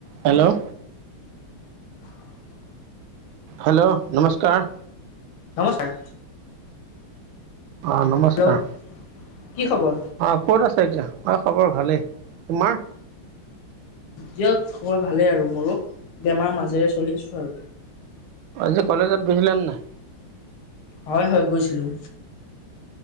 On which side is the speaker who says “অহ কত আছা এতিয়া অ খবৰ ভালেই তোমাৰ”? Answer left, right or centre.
Right